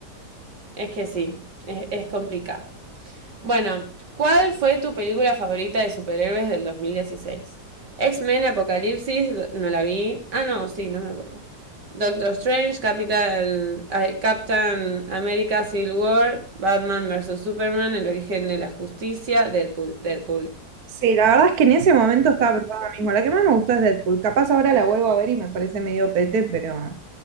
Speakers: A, on the right; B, on the right.
A: Es que sí, es, es complicado. Bueno, ¿cuál fue tu película favorita de superhéroes del 2016? X-Men, Apocalipsis, no la vi. Ah, no, sí, no me acuerdo. Doctor Strange, Capital, ay, Captain America, Civil War, Batman vs. Superman, El origen de la justicia, Deadpool, Deadpool.
B: Sí, la verdad es que en ese momento estaba pensando lo mismo. La que más me gustó es Deadpool. Capaz ahora la vuelvo a ver y me parece medio pete, pero